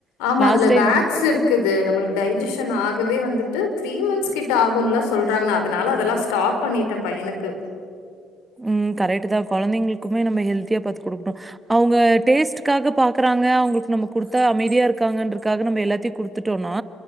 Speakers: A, on the left; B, on the right.
A: ஆமா
B: லாஸ்ட்
A: அதுல
B: டைம்
A: வேக்ஸ் இருக்குது நம்மளுக்கு டைஜஷன் ஆகவே வந்துட்டு த்ரீ மந்த்ஸ் கிட்ட ஆகும்ல சொல்றாங்கன்னா அதனால அதெல்லாம் ஸ்டாப் பண்ணிட்டேன் பையனுக்கு
B: உஹம் கரெக்ட் தான் குழந்தைங்களுக்குமே நம்ம ஹெல்த்தியா பாரத்து குடுக்கணும் அவங்க டேஸ்ட்காக பாக்குறாங்க அவங்களுக்கு நம்ம குடுத்தா அமைதியா இருக்காங்கன்றக்காக நம்ம எல்லாத்தையும் குடுத்துட்டோம்னா